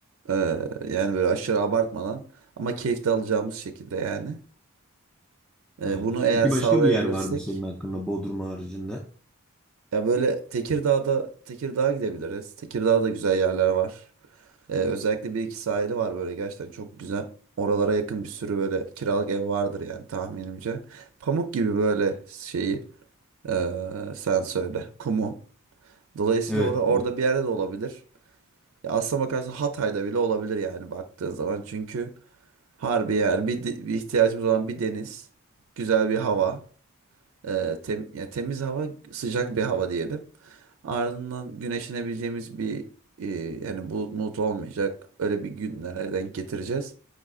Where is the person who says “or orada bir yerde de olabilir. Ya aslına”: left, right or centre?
Right